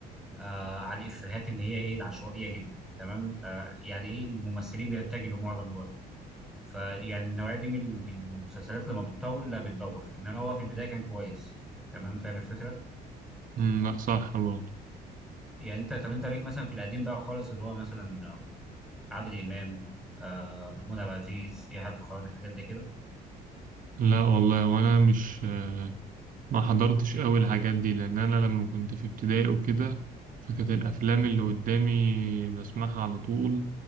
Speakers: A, in the centre; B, on the right.
A: آه على الافيهات اللي هي ايه العشوائيه جدا تمام آه يعني ايه الممثلين بيتجهوا معظم الوقت فيعني النوعيه دي من من المسلسلات لما بتطول لا بتبوخ انما هو في البدايه كان كويس تمام فاهم الفكره
B: امم لا صح برضه
A: يعني انت طب انت ليك مثلا في القديم بقى خالص اللي هو مثلا عادل امام آه محمود عبد العزيز يحيى الفخراني حاجات زي كده
B: لا والله وانا مش آه، ما حضرتش قوي الحاجات دي لان انا لما كنت في ابتدائي وكده فكانت الافلام اللي قدامي بسمعها على طول